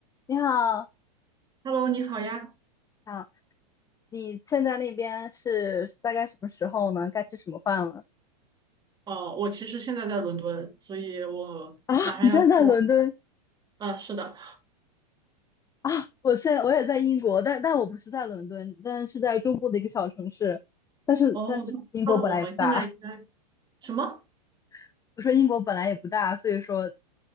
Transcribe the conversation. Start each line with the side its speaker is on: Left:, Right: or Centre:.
Left: 你好，
Right: Hello，你好呀。
Left: 啊，你现在那边是大概什么时候呢？该吃什么饭了？
Right: 哦，我其实现在在伦敦，所以我马上要出晚了。
Left: 啊，你现在在伦敦
Right: 啊，是的。
Left: 啊？我现在我也在英国，但但我不是在伦敦，但是在中部的一个小城市。但是但是英国本来也不大，
Right: 哦，那我们现在应该什么？
Left: <laughs> 我说英国本来也不大，所以说